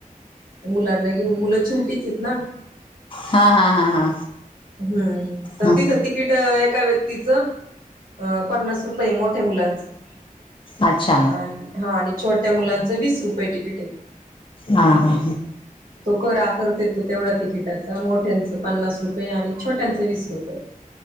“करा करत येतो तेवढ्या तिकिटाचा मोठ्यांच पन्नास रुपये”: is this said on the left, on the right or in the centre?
Right